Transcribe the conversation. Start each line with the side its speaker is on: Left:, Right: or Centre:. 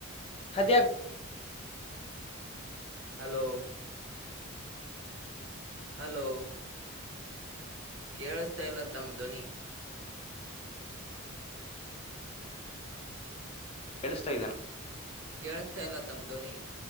Left: ಅದಗ
Right: ಹಲೋ ಹಲೋ ಕೇಳಿಸ್ತಾ ಇಲ್ಲ ತಮ್ಮ ಧ್ವನಿ
Left: ಕೇಳಿಸ್ತಾ ಇದ್ದೇನ
Right: ಕೇಳಿಸ್ತಾ ಇಲ್ಲ ತಮ್ಮ ಧ್ವನಿ